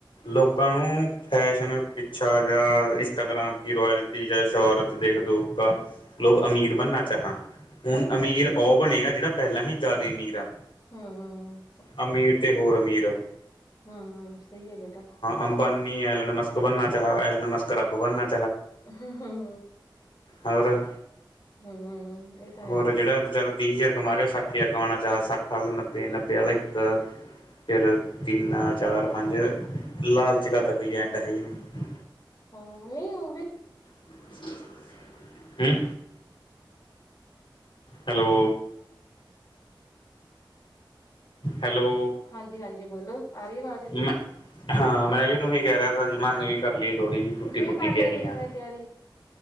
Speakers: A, on the left; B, on the left.
A: ਲੋਕਾਂ ਨੂੰ ਫੈਸ਼ਨ, ਪਿੱਛਾ, ਜਾਂ ਇਟਾਗ੍ਰਾਮ ਕੀ ਰੋਏਲਟੀ ਜਾਂ ਸ਼ੋਹਰਤ ਦੇਖ ਦੋ ਕਾ ਲੋਕ ਅਮੀਰ ਬਨਨਾ ਚਾਹਾਂ ਹੁਨ
B: ਹੂੰ
A: ਅਮੀਰ ਓ ਬਨੇਗਾ ਜੇੜਾ ਪੈਂਲਾ ਹੀ ਜਾਦਾ ਅਮੀਰ ਆ।
B: ਹੂੰ,
A: ਅਮੀਰ ਤੇ ਹੋਰ ਅਮੀਰ
B: ਹਮ ਸਹੀ ਐ ਬੇਟਾ।
A: ਅੰਬਾਨੀ, ਐਲ ਨਮਸਕ ਬਣਨਾ ਚਾਹ ਐਲ ਨਮਕ ਰੱਬ ਬਣਨਾ
B: ਅਹਾਂ- ਹਾਂ- ਹਾਂ।
A: ਅਮਰਣ,
B: ਹੂੰ, ਇਹ ਤਾਂ ਹੈਗਾ।
A: ਹੋਰ ਜਿਹੜਾ ਵਿਚਾਰਾ ਤੀਹ ਹਜ਼ਾਰ ਕਮਾ ਰਹੇ ਸੱਠ ਹਜ਼ਾਰ ਕਮਉਣਾ ਚਾਹ, ਸੱਠ ਵਾਲਾ ਨੱਬੇ -ਨੱਬੇ ਵਾਲਾ ਇੱਕ ਫੇਰ ਤਿੰਨ -ਚਾਰ -ਪੰਜ ਲਾਲਚ ਕਰਦਾ ਤਾਂ ਕੋਈ ਐਂਡ ਹੈ ਹੀ ਨਹੀਂ।
B: ਹਾਂ ਨਹੀਂ ਉਹ ਵੀ।
A: <inaudible> ਹਮ ਹੈਲੋ ਹੈਲੋ
B: ਹਾਂਜੀ- ਹਾਂਜੀ ਬੋਲੋ, ਆ ਰਹੀ ਆਵਾਜ਼
A: ਮੈ, ਹਾਂ ਮੈਂ ਵੀ ਉਹੀ ਕਹਿ ਰਿਹਾ ਸੀ ਤਾ ਮੈਂਨੇ ਵੀ ਕਰ ਲਈਏ ਥੋੜ੍ਹੀ ਜਹੀ ਟੁੱਟੀ
B: ਤੁਸੀਂ
A: ਫੁੱਟੀ
B: ਵੀ ਕਰ
A: ਤਿਆਰੀਆਂ
B: ਲਏ ਪੇਪਰਾਂ ਦੀ ਤਿਆਰੀ?